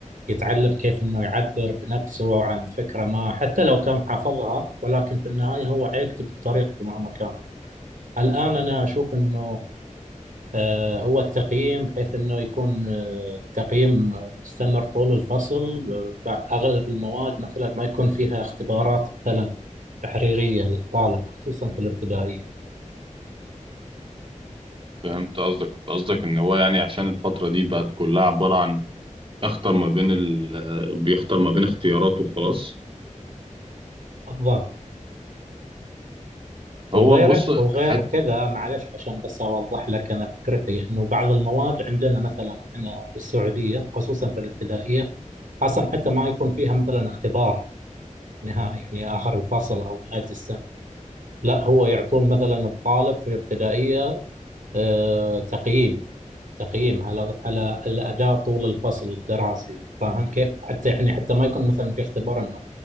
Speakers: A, on the right; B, on the right.
A: يتعلم كيف انه يعبر بنفسه او عن فكره ما حتى لو كان حافظها ولكن في النهايه هو حيكتب بطريقته مهما كان. الان انا اشوف انه آه، هو التقييم بحيث انه يكون آه، تقييم مستمر طول الفصل بع- اغلب المواد مثلا ما يكون فيها اختبارات مثلا تحريريه للطالب خصوصا في الابتدائيه.
B: فهمت قصدك انت قصدك ان هو يعني عشان الفترة دي بقت كلها عبارة عن اختر ما بين ال... آه، بيختار ما بين اختياراته وخلاص
A: بالضبط. وغير
B: هو بص
A: وغير
B: حت...
A: كذا معلش عشان بس اوضح لك انا فكرتي انه بعض المواد عندنا مثلا هنا في السعوديه خصوصا في الابتدائيه اصلا حتى ما يكون فيها مثلا اختبار نهائي يعني اخر الفصل او نهايه السنه لا هو يعطون مثلا الطالب في الابتدائيه آه، تقييم تقييم على على الاداء طول الفصل الدراسي فاهم كيف؟ حتى يعني حتى ما يكون مثلا في اختبار انه